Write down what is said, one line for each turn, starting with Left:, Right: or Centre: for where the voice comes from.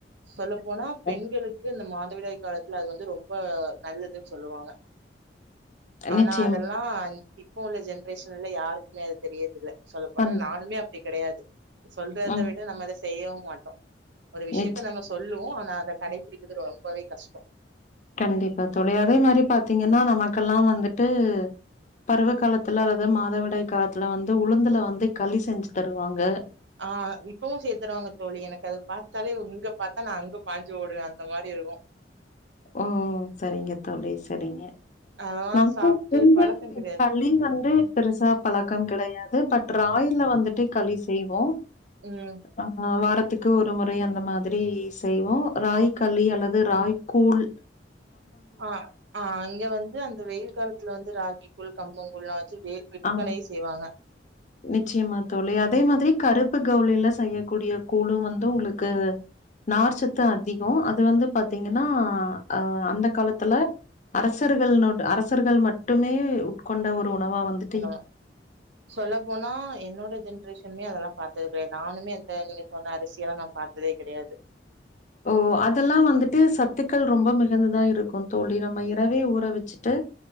Right: சொல்லப்போனா பெண்களுக்கு
Left: ம்.
Right: இந்த மாதவிடாய் காலத்துல அது வந்து ரொம்ப நல்லதுனு சொல்வாங்க ஆனா
Left: நிச்சயம்
Right: அதெல்லா இப்போ உள்ள ஜென்ரேஷன்ல யாருக்குமே அது தெரியது இல்ல சொல்லப்போனா
Left: கண்
Right: நானுமே அப்டி கெடையாது சொல்றத
Left: ம்
Right: விட நம்ம அத செய்யவு மாட்டோ ஒரு விஷயத்த
Left: நிச்ச
Right: நம்ம சொல்லுவோ ஆனா அத கடைபிடிக்கறது ரொம்பவே கஷ்டோ
Left: கண்டிப்பா தொழி அதே மாரி பாத்தீங்கன்னா நமக்கெல்லா வந்துட்டு பருவ காலத்துல அல்லது மாதவிடாய் காலத்துல வந்து உளுந்துல வந்து களி செஞ்சு தருவாங்க
Right: ஆ இப்பவு செய்த்தருவாங்க தோழி எனக்கு அது பாத்தாலே இங்க பாத்தா நா அங்க பாஞ்சு ஓடுவே அந்த மாரி இருக்கும்
Left: ஓ சரிங்க தோழி சரிங்க
Right: அதெல்லா
Left: நம்ம
Right: சாப்ட்டு
Left: <inaudible> இருந்து
Right: பழக்கம் கெடையாது
Left: களி வந்து பெருசா பழக்கம் கெடையாது பட் ராகில வந்துட்டு களி செய்வோ
Right: ம்
Left: ஆ வாரத்துக்கு ஒரு மொறை அந்த மாரி செய்வோ ராகி களி அல்லது ராகிக்கூழ்
Right: அ ஆ இங்க வந்து அந்த வெயில் கால வந்து ராகிக்கூழ் கம்பங்கூழ்லா வச்சு வே விற்பனையே
Left: ஆ
Right: செய்வாங்க
Left: நிச்சயமா தோழி அதே மாதிரி கருப்பு கவுனில செய்யக்கூடிய கூழு வந்து உங்களுக்கு நார்ச்சத்து அதிகம் அது வந்து பாத்தீங்கன்னா அ அந்த காலத்துல அரசர்கள் லோட அரசர்கள் மட்டுமே உட்கொண்ட ஒரு உணவா வந்து
Right: ஆனா சொல்ல போனா என்னோட ஜென்ரேஷன்மே அதெல்லா பாத்தது கெடயாது நானுமே அந்த நீங்க சொன்ன அரிசியெல்லா நா பாத் ததே கெடையாது
Left: ஓ அதெல்லாம் வந்துட்டு சத்துக்கள் ரொம்ப மிகுந்ததா இருக்கு தோழி நம்ம இரவே ஊற வச்சுட்டு